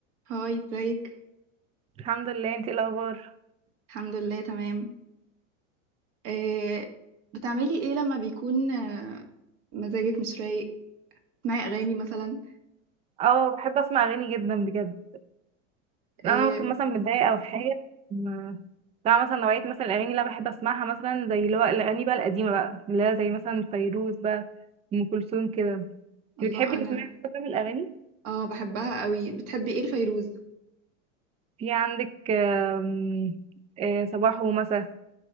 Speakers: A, on the right (about 55°); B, on the right (about 15°).
A: هاي ازيك
B: الحمد لله انتي ايه الاخبار
A: الحمد لله تمام آه بتعملي ايه لما بيكون آه مزاجك مش رايق تسمعي اغاني مثلا
B: اه بحب اسمع اغاني جدا بجد
A: آه
B: انا بكون مثلا متضايقه او في حاجه ما- بتاع مثلا نوعيه مثلا الاغاني اللي انا بحب اسمعها مثلا زي اللي هو الاغاني بقى القديمه بقى اللي هي زي مثلا فيروز بقى ام كلثوم كده انتي
A: الله
B: بتحبي
A: انا
B: تسمعي كده من الاغاني
A: اه بحبها قوي بتحبي ايه الفيروز
B: في عندك آم، آه، صباح ومساء